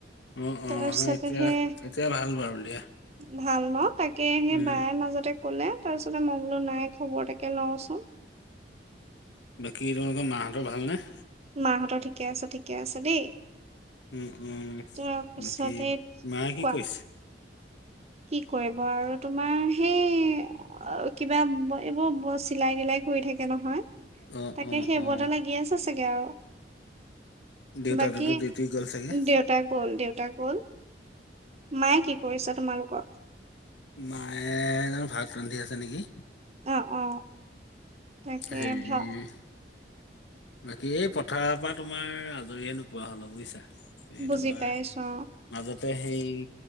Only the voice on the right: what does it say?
তাৰ পিছতেহে
ভাল ন তাকেহে সেই
বায়ে মাজতে ক'লে তাৰপিছতে মই বোলো নাই খবৰ এটাকে লওঁচোন।
মাহঁতৰ ঠিকে আছে ঠিকে আছে দেই।
তাৰ পিছতে
কোৱা
কি কৰিব আৰু তোমাৰ সেই কিবা এইবোৰ চিলাই দিলাই কৰি থ থাকে নহয়
তাকে
সেইবোৰটে
লাগি আছে চাগে আৰু
বাকী
দেউতা গ'ল দেউতাক গ'ল মায়ে কি কৰিছা তোমালোকৰ?
অ', -অ', তাকে
ভা
বুজি
পাইছো অ